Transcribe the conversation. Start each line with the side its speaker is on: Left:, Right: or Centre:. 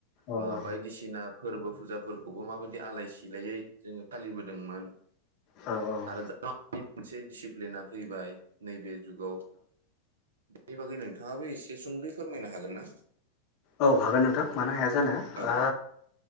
Left: औ
Right: ओ
Left: औ
Right: बायदिसिना फोरबो फुजा फोरखौबो माबायदि आलाय सिलायै जोङो फालिबोदोंमोन?
Left: औ औ।
Right: आरो दा मोनसे डिसिप्लेना फैबाय नैबे जुगाव बे बागै नोंथाङाबो एसे सुंदै फोरमायनो हागोन ना?
Left: औ हागोन नोंथां मानो हाया जानो
Right: औ
Left: ओ